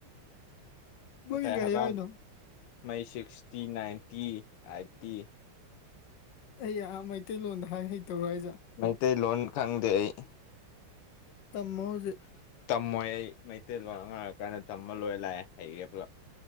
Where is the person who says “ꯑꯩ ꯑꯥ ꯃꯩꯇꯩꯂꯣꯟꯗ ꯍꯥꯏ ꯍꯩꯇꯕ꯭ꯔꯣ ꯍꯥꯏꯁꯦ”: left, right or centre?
Left